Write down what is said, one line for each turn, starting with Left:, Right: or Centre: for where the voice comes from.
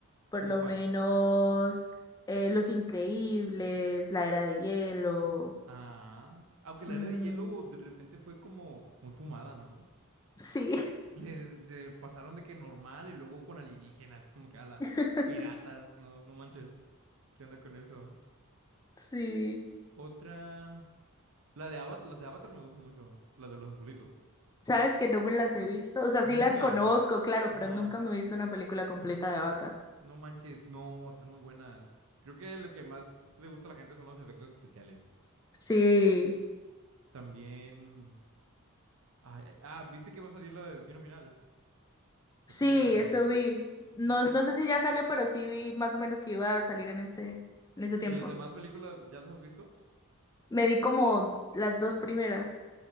Left: por
Right: ¿Cómo
Left: lo
Right: cuál?
Left: menos eh, Los Increíbles, La Era de Hielo.
Right: Ah, aunque la
Left: mm,
Right: era de hielo de repente fue como muy fumada, ¿no?
Left: sí,
Right: Les- de- pasaron de que normal y luego con alienígenas. Es como que, ala,
Left: <laughs>
Right: piratas, no, no manches. ¿Qué onda con eso?
Left: sí.
Right: Otra. La de Avatar, las de Avatar me gustan mucho. Las de los azulitos.
Left: Sabes que no me las he visto, o sea,
Right: Nunca.
Left: sí las conozco, claro,
Right: Ajá.
Left: pero nunca me he visto una película completa de Avatar.
Right: No manches, no, están muy buenas. Creo que lo que más le gusta a la gente son los efectos especiales.
Left: Sí,
Right: También. Ay, ay, ah, ¿viste que va a salir la de Destino Final? Pues
Left: sí,
Right: Creo que ya salió.
Left: eso vi. No,
Right: ¿Y,
Left: no
Right: y,
Left: sé si ya salió, pero sí vi más o menos que iba a salir en este, en ese tiempo.
Right: y las demás películas ya las has visto?
Left: Me vi como las dos primeras,